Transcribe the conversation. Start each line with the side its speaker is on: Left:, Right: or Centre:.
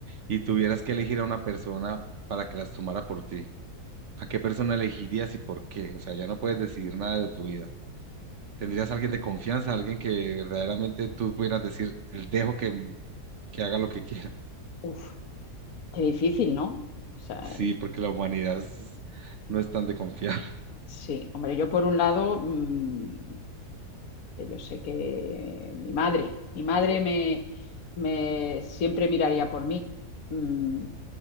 Right: y tuvieras que elegir a una persona para que las tomara por ti. ¿A qué persona elegirías y por qué? O sea, ya no puedes decidir nada de tu vida. ¿Tendrías a alguien de confianza, alguien que verdaderamente tú pudieras decir, "El dejo que, que haga lo que quiera?
Left: Uf, qué difícil, ¿no? O sea,
Right: Sí, porque la humanidad es- no es tan de confiar. <laughs>
Left: Sí, hombre, yo por un lado, mm, que yo sé que mi madre, mi madre me, me siempre miraría por mí, mm,